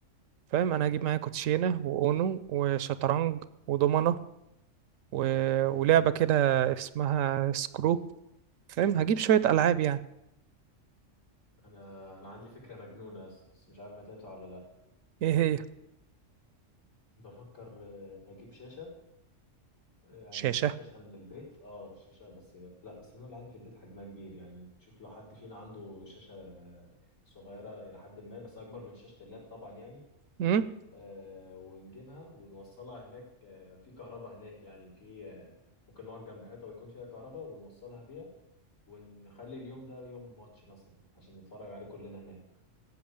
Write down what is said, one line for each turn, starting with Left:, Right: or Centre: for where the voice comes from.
Right: فاهم أنا هجيب معايا كوتشينة وأونو وشطرنج ودومنة و... ولعبة كده اسمها سكرو فاهم هجيب شوية ألعاب يعني
Left: انا انا عندي فكره مجنونه يا اسطى بس مش عارف هتنفع ولا لا
Right: إيه هي
Left: بفكر آه، اجيب شاشه يعني
Right: شاشة
Left: اجيب شاشه من البيت اه شاشه بس لا بس انا اللي عندي في البيت حجمها كبير يعني تشوف لو حد فينا عنده شاشه آه، صغيره الى حد ما بس اكبر من شاشه اللاب طبعا يعني
Right: امم
Left: آه، ونجيبها ونوصلها هناك آه، في كهرباء هناك يعني في آه، ممكن نقعد جنب حيطه ويكون فيها كهرباء ونوصلها بيها ونخلي اليوم ده يوم ماتش مثلا عشان نتفرج عليه كلنا هناك